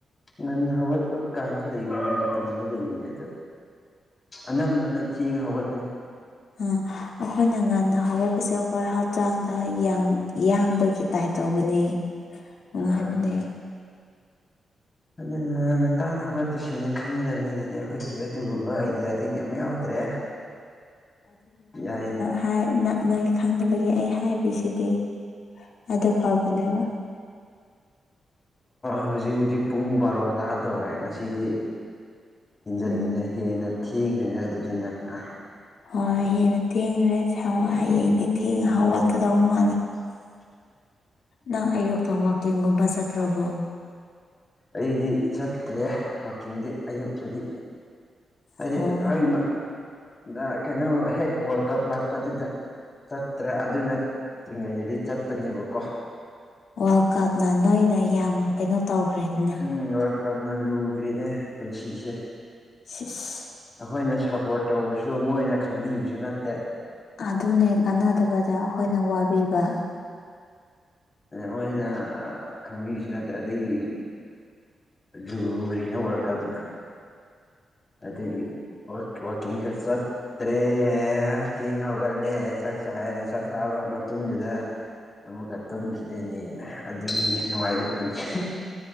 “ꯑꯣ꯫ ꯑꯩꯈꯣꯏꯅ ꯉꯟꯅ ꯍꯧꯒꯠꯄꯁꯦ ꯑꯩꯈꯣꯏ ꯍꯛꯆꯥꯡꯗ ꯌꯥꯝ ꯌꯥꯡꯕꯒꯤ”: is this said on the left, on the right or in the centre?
Left